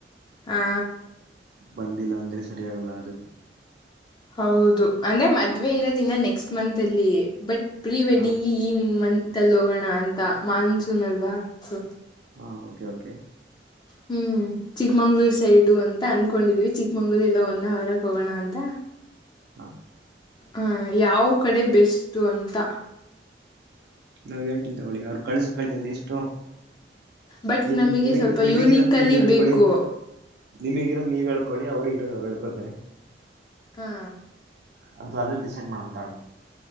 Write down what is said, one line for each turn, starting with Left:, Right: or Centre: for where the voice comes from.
Left: ಹಾ
Right: ಬಂದಿಲ್ಲ ಅಂದ್ರೆ ಸರಿಯಾಗಲ್ಲ ಅದು
Left: ಹೌದು ಅಂದ್ರೆ ಮದ್ವೆ ಇರೋದಿನ ನೆಕ್ಸ್ಟ್ ಮಂತ್ ಅಲ್ಲಿಯ ಬಟ್ ಪ್ರೀ ವೆಡ್ಡಿಂಗಗೆ
Right: ಹಾ
Left: ಈ ಮಂತ್ ಅಲ್ಲಿ ಹೋಗೋಣ ಅಂತ ಮಾನ್ಸೂನ್ ಅಲ್ವಾ ಸ
Right: ಹಾಂ ಓಕೆ ಓಕೆ
Left: ಹ್ಮ್ ಚಿಕ್ಮಂಗ್ಳೂರ್ ಸೈಡು ಅಂತ ಅನ್ಕೊಂಡಿದ್ವಿ ಚಿಕ್ಕಮಂಗ್ಳೂರ್ ಎಲ್ಲ ಒನ್ನ ಅವರಕ್ ಹೋಗೋಣ ಅಂತ
Right: ಹಾ
Left: ಹ ಯಾವ ಕಡೆ ಬೆಸ್ಟು ಅಂತ
Right: ನಾವ್ ಹೇಳ್ತೀನಿ ತಗೊಳ್ಳಿ ಅವ್ರು ಕಳ್ಸು ಕಳ್ತನ್ ಲಿಷ್ಟು
Left: ಬಟ್
Right: ನಿಮ
Left: ನಮಗೆ
Right: ನಿಮಗ್
Left: ಸ್ವಲ್ಪ
Right: ನಿಮಗಿರೋದು
Left: ಯೂನಿಕಲ್ಲಿ
Right: ನೀವ ಹೇಳ್ಕೊಳ್ಳಿ
Left: ಬೇಕು
Right: ನಿಮಗಿರೋದು ನೀವ ಹೇಳ್ಕೊಳ್ಳಿ ಅವ್ರಗ ಇರೋದು ಅವ್ರು ಹಳ್ಕೊಳ್ತಾರೆ
Left: ಹಾ
Right: ಅದು ಅಲ್ಲಿ ಡಿಸೈಡ್ ಮಾಡಂತಾಳಿ